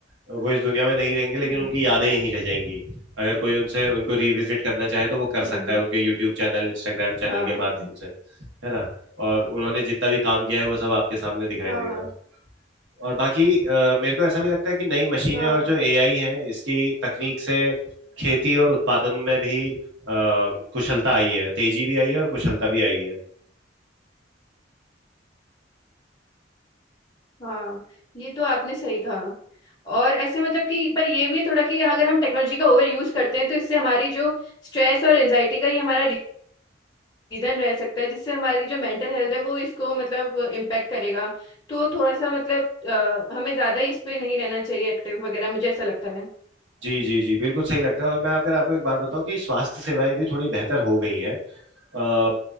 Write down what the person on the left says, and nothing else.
हम्म
हम्म
हाँ
हाँ
हाँ
हाँ ये तो आपने सही कहा और ऐसे मतलब कि पर ये भी है थोड़ा कि अगर हम टेक्नोलॉजी का ओवर यूज करते हैं तो इससे हमारी जो स्ट्रेस और एंजाइटी का ये हमारा रीजन रह सकता है जिससे हमारी जो मेंटल हेल्थ है वो इसको मतलब इम्पेक्ट करेगा तो थोड़ा सा मतलब अ, हमें ज्यादा इस पे नहीं रहना चाहिए एक्टिव वगैरह मुझे ऐसा लगता है